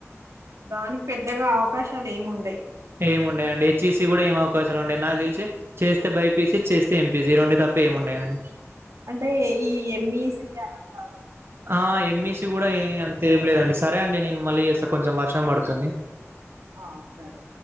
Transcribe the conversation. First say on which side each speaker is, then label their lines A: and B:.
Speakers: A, on the right (about 85°); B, on the right (about 50°).
A: దానిక్ పెద్దగా అవకాశాలేం ఉండయి.
B: ఏం ఉండయండి. హెచ్ఈసీ గుడ ఏం అవకాశాల్ ఉండయి. నాక్ తెల్సి చేస్తే బైపీసి చేస్తే ఎంపీసి ఈ రెండు తప్ప ఏముం డ అం
A: అంటే ఈ ఎంఈసి అని అంటాన్లు
B: ఆ ఎంఈసీ గుడా ఏ అంత ఏం లేదండి సరే అండి నేను మళ్ళీ చేస్తా కొంచం వర్షం పడుతుంది.
A: ఆ సరే